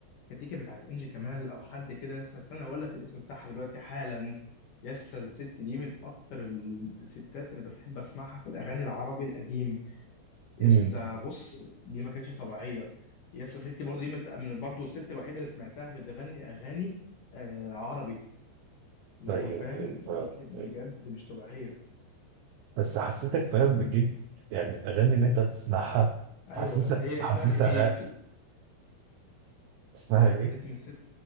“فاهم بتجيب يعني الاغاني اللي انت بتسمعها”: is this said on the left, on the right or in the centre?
Right